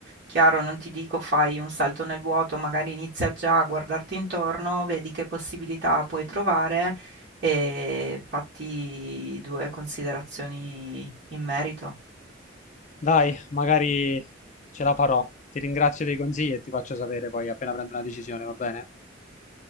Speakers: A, on the right; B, on the left.
A: Chiaro, non ti dico fai un salto nel vuoto, magari inizia già a guardarti intorno, vedi che possibilità puoi trovare e fatti due considerazioni in merito.
B: Dai, magari ce la farò. Ti ringrazio dei consigli e ti faccio sapere poi appena prendo una decisione, va bene?